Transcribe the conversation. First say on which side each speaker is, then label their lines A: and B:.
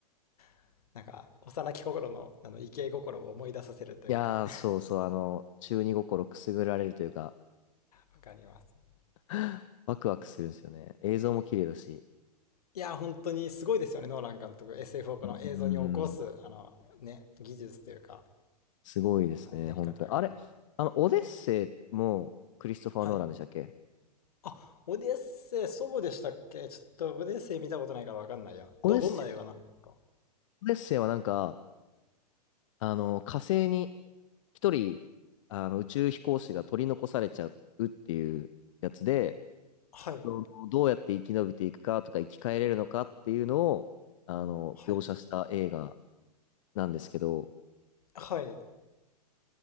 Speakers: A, on the left (about 65°); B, on the left (about 50°).
A: <laughs> なんか、幼き心の、あの、イケイ心を思い出させるというか、
B: いやー、
A: <laughs>
B: そうそう、あの、中二心くすぐられるというか、
A: わかります。
B: <gasps> ワクワクするんですよね。映像も綺麗だし。
A: いやー、本当にすごいですよね、ノーラン監督。SF をこの映像に起こす、
B: うーん、
A: あの、ね、技術というか、
B: すごいですね、
A: はいやり方が。
B: 本当に。あれ、あの、オデッセイもクリストファー・
A: はい。
B: ノーランでしたっけ
A: あ、オデッセイ、そうでしたっけちょっとオデッセイ見たことないからわかんないや。
B: オデッセイ、
A: ど、どんな映画なんですか
B: オデッセイはなんか、あの、火星に一人、あの、宇宙飛行士が取り残されちゃうっていうやつで、
A: はい。
B: その、どうやって生き延びていくかとか生き返れるのかっていうのを、あの、
A: はい。
B: 描写した映画なんですけど、
A: はい。